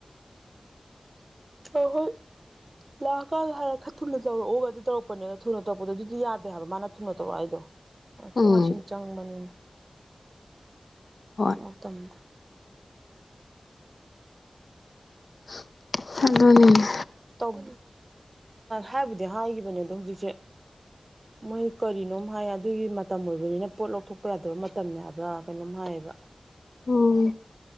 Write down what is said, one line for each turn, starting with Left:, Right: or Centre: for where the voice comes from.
Right: ꯑꯍꯨꯝ ꯂꯥꯛꯑꯀꯥꯟ ꯍꯥꯏꯔ ꯈꯔ ꯊꯨꯅ ꯇꯧꯔꯛꯎꯒ ꯑꯗꯨ ꯇꯧꯔꯛꯄꯅꯤꯅ ꯊꯨꯅ ꯇꯧꯔꯛꯄꯗꯣ ꯑꯗꯨꯗꯤ ꯌꯥꯗꯦ ꯍꯥꯏꯕ ꯃꯥꯅ ꯊꯨꯅ ꯇꯧꯔꯛꯑꯣ ꯑꯩꯗꯣ ꯊꯣꯛ
Left: ꯎꯝ
Right: ꯍꯥꯟꯁꯤꯟ ꯆꯪꯕꯅꯤꯅ
Left: ꯍꯣꯏ
Right: ꯑꯣ ꯇꯝꯗ
Left: <inaudible> ꯑꯗꯨꯅꯤꯅꯦ
Right: ꯎꯝ ꯍꯥꯏꯕꯨꯗꯤ ꯍꯥꯏꯈꯤꯕꯅꯦ ꯑꯗꯣ ꯍꯧꯖꯤꯛꯁꯦ ꯃꯣꯏ ꯀꯔꯤꯅꯣꯝ ꯍꯥꯏ ꯑꯗꯨꯒꯤ ꯃꯇꯝ ꯑꯣꯏꯕꯅꯤꯅ ꯄꯣꯠ ꯂꯧꯊꯣꯛꯄ ꯌꯥꯗꯕ ꯃꯇꯝꯅꯤ ꯍꯥꯏꯕ꯭ꯔꯥ ꯀꯩꯅꯣꯝ ꯍꯥꯏ ꯂꯩꯕ
Left: ꯑꯣ